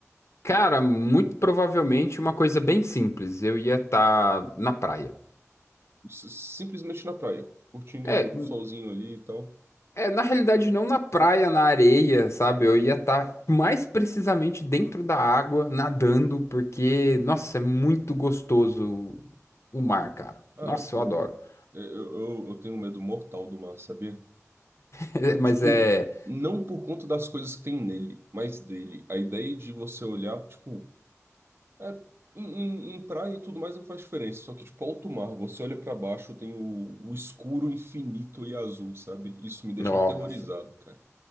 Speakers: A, on the left; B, on the right.
A: Cara, muito provavelmente uma coisa bem simples. Eu ia estar na praia.
B: S- Simplesmente na praia, curtindo
A: É,
B: o solzinho ali e tal.
A: É, na realidade, não na praia, na areia, sabe? Eu ia estar mais precisamente dentro da água, nadando, porque, nossa, é muito gostoso o mar, cara.
B: Ah,
A: Nossa,
B: pô,
A: eu adoro. <laughs>
B: eu, eu, eu tenho um medo mortal do mar, sabia?
A: É, Mas
B: Tipo,
A: é.
B: não por conta das coisas que tem nele, mas dele. A ideia de você olhar, tipo, é, em, em- em praia e tudo mais não faz diferença. Só que, tipo, alto mar, você olha pra baixo, tem o, o escuro infinito e azul, sabe? Isso me deixa
A: Nossa.
B: aterrorizado, cara.